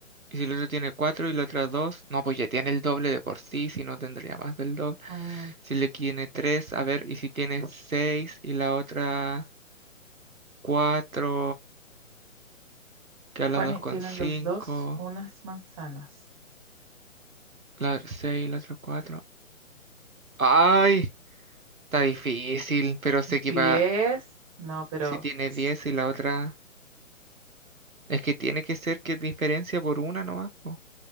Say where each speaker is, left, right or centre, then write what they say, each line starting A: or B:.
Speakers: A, on the right; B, on the right.
A: Y si el otro tiene 4 y la otra dos No, pues ya tiene el doble de por sí, si no tendría más del doble.
B: Mm,
A: Si le tiene tres a ver, y si tiene 6 y la otra cuatro quedan
B: Juan,
A: las dos con
B: tienen
A: cinco
B: los dos unas manzanas.
A: La 6 y la otra cuatro ¡Ay! Está difícil, pero sé que
B: Diez,
A: va.
B: no, pero
A: Si tiene
B: s-
A: 10 y la otra. Es que tiene que ser que diferencia por una nomás, po.